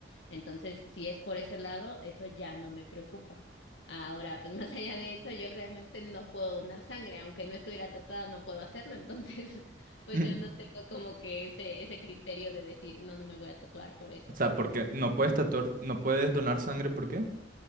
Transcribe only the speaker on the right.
<laughs>
O sea, porque no
puedes tatuar, no puedes donar sangre, ¿por qué?